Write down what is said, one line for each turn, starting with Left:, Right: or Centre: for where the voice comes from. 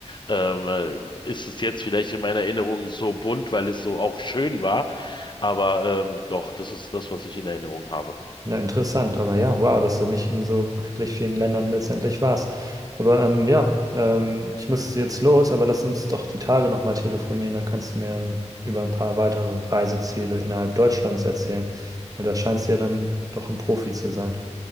Left: ähm, äh, ist es jetzt vielleicht in meiner Erinnerung so bunt, weil es so auch schön war. Aber ähm, doch, das ist das, was ich in Erinnerung habe.
Right: Ja, interessant. Aber ja, wow, dass du nicht in so etlich vielen Ländern letztendlich warst. Aber ähm, ja, ähm, ich muss jetzt los, aber lass uns doch die Tage nochmal telefonieren. Dann kannst du mir über ein paar weitere Reiseziele innerhalb Deutschlands erzählen. Weil da scheinst du ja dann doch ein Profi zu sein,